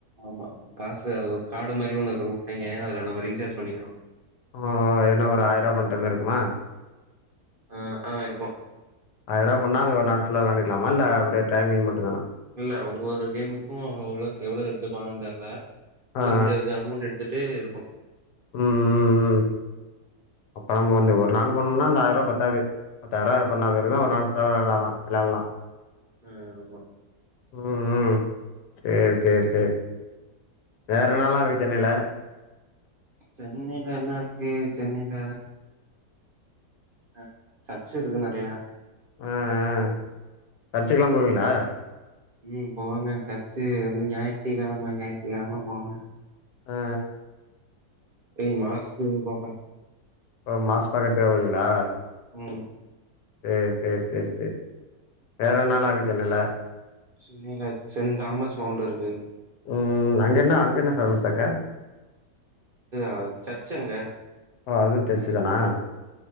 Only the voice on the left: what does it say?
ஓ ன்னா ஒரு ஆயிரூபா பண்ணுற மாரி ருக்குமா
ஆயிரூபா பண்ண அந்த ஒரு நாள் புல்லா வெளான்டுக்கலாம இல்ல அப்டியே டைமிங் மட்டு தானா
ஆ ஆ
ம் ம் ம் அப்ப நம்ம வந்து ஒரு நாள் போனம்னா அந்த ஆயிரூபா பத்தாது பத்தாயிருபா பாண்ணா பெறகு ஒரு நாள் ஃபேவரா விளால்லா விளாட்லா
ம் ம் சேர் சேர் சேர் வேற ன்னாலா இருக்கு சென்னையில
அ அ சர்ச்சிக்கல்லா போவீங்ளா
ஆ
ஒ மாஸ் பாக்கறதுக்காக வருவீங்ளா
சேர் சேர் சேர் சேர் வேற என்ன எல்லா இருக்கு சென்னையில
ம் அங்கென்ன அங்கென்ன ஃபேமஸ் அங்க
ஓ அதுவு சர்ச்சு தானா